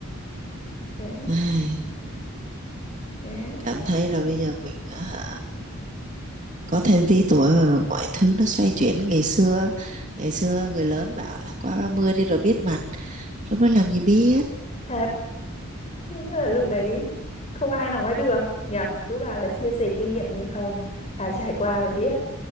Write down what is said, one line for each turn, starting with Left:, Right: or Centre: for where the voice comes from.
Left: Đấy,
Right: Ai,
Left: đấy
Right: cảm thấy là bây giờ mình á hả có thêm tí tuổi rồi, rồi mọi thứ nó xoay chuyển ngày xưa ngày xưa người lớn bảo là qua 30 đi rồi biết mặt lúc đó làm gì biết
Left: thật Đúng là lúc đấy không ai nói được nhỉ cứ bảo là chia sẻ kinh nghiệm nhưng không phải trải qua mới biết